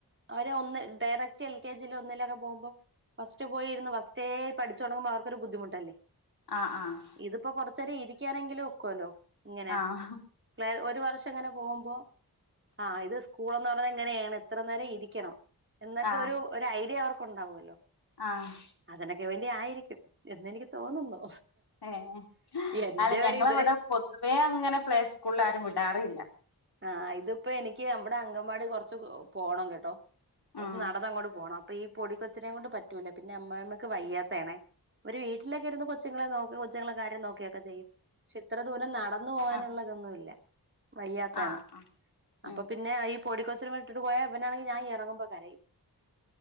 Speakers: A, on the right; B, on the left.
A: അവര് ഒന്ന് ഡയറക്ട് എൽ കെ ജി ഒന്നിലൊക്കെ പോകുമ്പോൾ ഫസ്റ്റ് പോയിരുന്നു ഫസ്റ്റേ പഠിച്ചുടങ്ങുമ്പം അവർക്കൊ ബദ്ധിുട്ടല്ലേ
B: ആഹ് ആഹ്
A: ഇത്പ്പോ കൊറച്ചേരം ഇരിക്കാനെങ്കിലും ഒക്കുവല്ലോ ഇങ്ങനെ
B: ആഹ്
A: പ്ലേഒരു വർഷം ഇങ്ങനെ പോവുമ്പോ ആ ഇത് ഒരുസ്കൂളെന്ന് പറഞ്ഞ ഇങ്ങനേണ് ഇത്ര നേരം ഇരിക്കണം എന്നൊക്കെ
B: ആഹ് ആഹ്
A: ഒരു ഒരു ഐഡിയ അവർക്കുണ്ടാവുമല്ലോ
B: ആഹ്
A: അതിനൊക്കെ വേണ്ടി ആയിരിക്കും എന്നെനിക്ക് തോന്നുന്നു
B: ഏഹ്
A: എന്റെ
B: അല്ല ഞങ്ങളവടെ
A: ഒരിത്
B: പൊതുവേ അങ്ങനെ പ്ലേസ്ക്കൂൾലാരും വിടാറില്ല.
A: ആഹ് ഇതിപ്പോ എനിക്ക് അ വടെ അങ്കംവാടി കൊർച്ച് പ് പോണം കെട്ടോ കൊർച്ച്
B: ഉം
A: നടന്നങ്ങോട്ട് പോണം. പ്പ ഈ പൊടി കൊച്ചിനേം കൊണ്ട് പറ്റൂല പിന്നെ അമ്മായിമ്മക്ക് വയ്യാത്തെയാണെ ഒര് വീട്ടിലൊക്കെ ഇരുന്ന് കൊച്ചുങ്ങളെ നോക് കൊച്ചുങ്ങളെ കാര്യം നോക്കെയൊക്കെ ചെയ്യും ക്ഷെ ഇത്ര ദൂരം നടന്നു പോവാനുള്ള
B: ആഹ്
A: ഇതൊന്നുവില്ല. വയ്യാത്തെയാണ്
B: ആഹ്
A: അപ്പൊ
B: ഉം
A: പിന്നെ ഈ പൊടിക്കൊച്ചിനെ വടിട്ട് പോയാ വനാണെങ്കി ഞാ എറങ്ങുമ്പ കരയും.